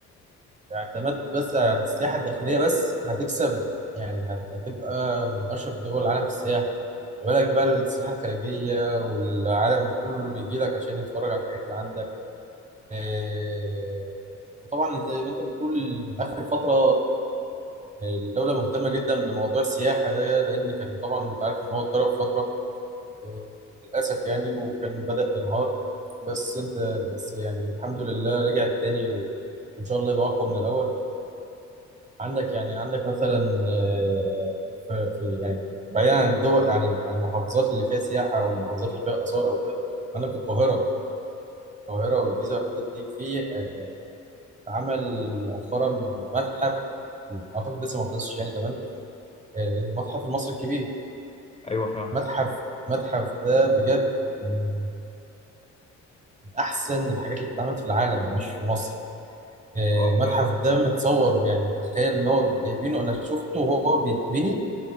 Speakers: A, on the right; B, on the left.
A: اعتمدت بس على السياحة الداخلية بس هتكسب يعني هت- هتبقى من أشهر دول العالم في السياحة ما بالك بقى السياحة الخارجية والعالم كله بيجي لك عشان يتفرج على الحاجات اللي عندك إيه، وطبعا زي ما انت بتقول آخر فترة الدولة مهتمة جدا بموضوع السياحة ده لأن كان طبعا انت عارف إن هو اتضرب فترة إيه، للأسف يعني وكان بدأ ينهار بس انت بس يعني الحمد لله رجع تاني وإن شاء الله يبقى أقوى من الأول عندك يعني عندك مثلا آه، في في يعني بعيدا عن الدول عن المحافظات اللي فيها سياحة أو المحافظات اللي فيها آثار أو كده عندك القاهرة القاهرة والجيزة والحتت دي في آه، اتعمل مؤخرا متحف أعتقد لسه ما خلصش يعني كمان آه، المتحف المصري الكبير
B: ايوه فاهم
A: متحف متحف ده بجد من من أحسن الحاجات اللي اتعملت في العالم مش في مصر آه،
B: اه
A: المتحف
B: فاهم
A: ده متصور يعني تخيل إن هو جايبينه أنا شفته وهو بيتبني